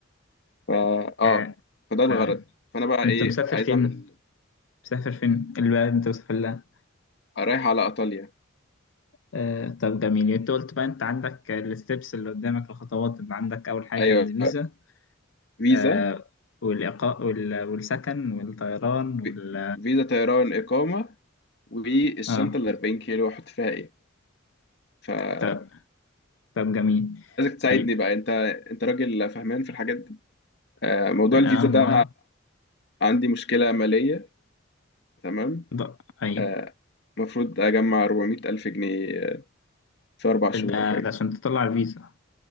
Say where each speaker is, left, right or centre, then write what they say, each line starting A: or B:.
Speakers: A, on the left; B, on the left.
A: فا آه
B: آه،
A: فده الغرض
B: تمام
A: فأنا بقى إيه
B: انت مسافر
A: عايز
B: فين
A: أعمل
B: مسافر فين البلد انت مسافر لها
A: رايح على إيطاليا
B: آه، طب جميل يعني انت قلت بقى انت عندك الستبس اللي قدامك الخطوات انت عندك اول حاجه
A: أيوه
B: الفيزا
A: فيزا
B: آه، والاقاء وال- والسكن والطيران وال
A: في- فيزا طيران إقامة والشنطه
B: اه
A: ال 40 كيلو احط فيها ايه فعايزك
B: طب طب جميل
A: تساعدني
B: طيب
A: بقى انت انت راجل فهمان في الحاجات دي آه، موضوع
B: اه
A: الفيزا ده
B: ما
A: عندي مشكله ماليه تمام
B: ده ايوه
A: آه، المفروض اجمع 400 الف جنيه في اربع شهور
B: ده,
A: او حاجه
B: ده عشان تطلع الفيزا